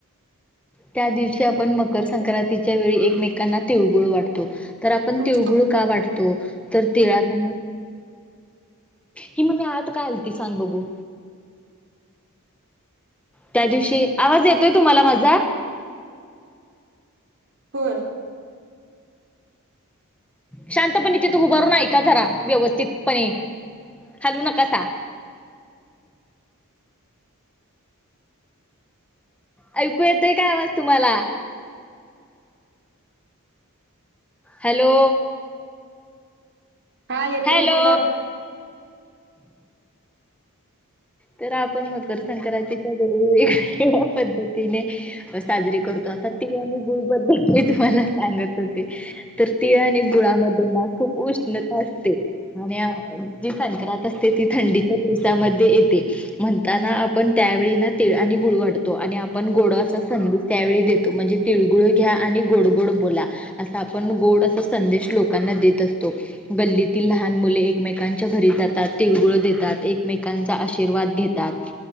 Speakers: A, in the centre; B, on the right.
A: त्या दिवशी आपण मकर संक्रांतीच्या वेळी एकमेकांना तिळगुळ वाटतो. तर आपण
B: तुमचा
A: तिळगुळ का वाटतो? तर तिळात हि मम्मे आत का आलती सांग बघू? त्या दिवशी आवाज येतोय तुम्हाला माझा
B: होय
A: शांतपणे तिथं उभारून ऐका जरा व्यवस्थितपणे हालू नकासा ऐकू येतोय काय आवाज तुम्हांला? हॅलो
B: हा येतोय
A: हॅलो
B: बोला
A: तर आपण मकर संक्रांतीच्या वेगवेगळ्या पद्धतीने साजरी करतो आता तिळ आणि गुळ बद्दल मी तुम्हांला सांगत होते तर तीळ आणि गुळामध्ये ना खूप उष्णता असते आणि जी संक्रांत असते ती थंडीच्या दिवसामध्ये येते. म्हणताना आपण त्यावेळी ना तीळ आणि गुळ वाढतो आणि आपण गोड अस संदेश त्यावेळी देतो. म्हणजे तिळगुळ घ्या आणि गोड गोड बोला अस आपण गोड असा संदेश लोकांना देत असतो. गल्लीतील लहान मुले एकमेकांच्या घरी जातात तिळगुळ देतात एकमेकांचा आशिर् शिर्वाद घेतात.